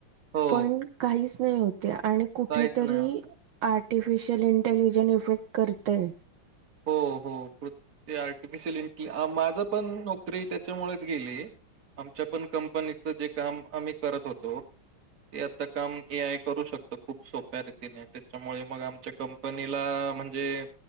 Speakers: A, on the right; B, on the right.
A: हो
B: पण काहीच नाही होत ये आणि कुठेतरी.
A: काहीच नाही होत.
B: आर्टिफिशियल इंटेलिजन इफेक्ट करतंय.
A: हो हो क् आर्टिफिशिल इंटे माझ पण नो करी त्याच्यामुळेच गेली, आमच्या पण कंपनीच जे काम आम्ही करत होतो. ते आता काम ए आय करू शकत खूप सोप्या रीतीने त्याच्यामुळे मग आमच्या कंपनीला म्हणजे